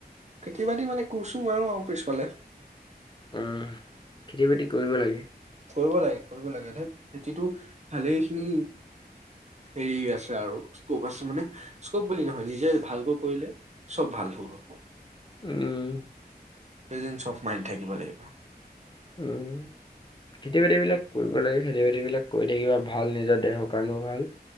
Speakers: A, on the right (about 45°); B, on the left (about 30°).
A: খেতি বাতি মানে কৰিছো আৰু পিছফালে।
B: উম, খেতি বাতি কৰিব লাগে।
A: কৰিব লাগে কৰিব লাগে হ খেতিটো ভালেইখিনি হেৰি আছে আৰু স্কোপ আছে মানে স্কোপ বুলি নহয় নিজে ভালকৈ কৰিলে চব ভাল। হু <unintelligible>
B: উম
A: প্ৰেজেন্স অফ মাইণ্ড থাকিব লাগিব।
B: উম খেতি বাতি বিলাক কৰিব লাগে খেতি বাতি বিলাক কৰি থাকিবা ভাল নিজৰ দেহৰ কাৰণেও ভাল